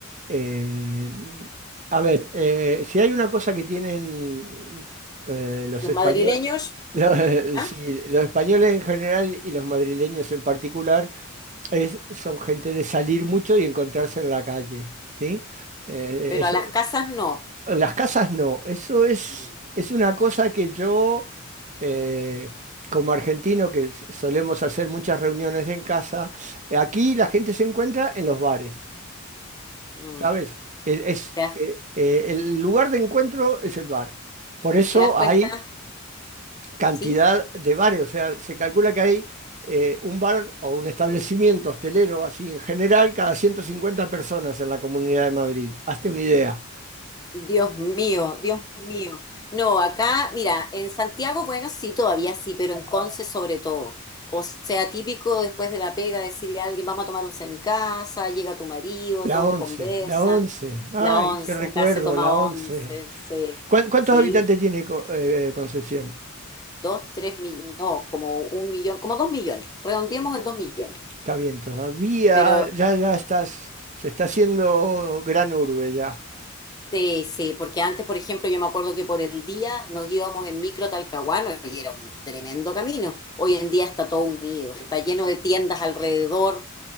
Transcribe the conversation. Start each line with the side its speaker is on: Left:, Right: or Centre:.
Right: Eh, a ver, eh, si hay una cosa que tienen eh, los
Left: Los
Right: españoles,
Left: madrileños,
Right: <laughs> los
Left: ¿ya?
Right: sí, los españoles en general y los madrileños en particular, es, son gente de salir mucho y encontrarse en la calle, ¿sí? Eh,
Left: pero
Right: eso-
Left: a las casas no.
Right: en las casas no, eso es,
Left: Mm.
Right: es una cosa que yo, eh, como argentino, que s- solemos hacer muchas reuniones en casa, aquí la gente se encuentra en los bares.
Left: Mm.
Right: ¿Sabes? Es, es,
Left: ¿Te das,
Right: eh, eh, el lugar de encuentro es el bar. Por eso
Left: te das cuenta?
Right: hay cantidad
Left: ¿Sí?
Right: de bares. O sea, se calcula que hay eh, un bar o un establecimiento hostelero, así en general, cada 150 personas en la Comunidad de Madrid. Hazte una idea.
Left: Dios mío, Dios mío. No, acá, mira, en Santiago, bueno, sí, todavía sí, pero en Conce sobre todo. O sea, típico después de la pega decirle a alguien, vamos a tomar once a mi casa, llega tu marido,
Right: La
Left: todos
Right: once,
Left: conversan,
Right: la once. Ay,
Left: la once,
Right: qué recuerdo,
Left: acá se toma
Right: la once.
Left: once, sí,
Right: ¿Cuán- ¿Cuántos
Left: sí,
Right: habitantes tiene Co- eh, Concepción?
Left: dos, tres millones, no, como un millón, como dos millones, redondeemos
Right: Está
Left: en dos millones,
Right: está bien, todavía
Left: pero
Right: ya, ya estás, se está haciendo gran urbe ya.
Left: Sí, sí, porque antes, por ejemplo, yo me acuerdo que por el día nos íbamos en micro a Talcahuano y era un tremendo camino. Hoy en día está todo unido, está lleno de tiendas alrededor,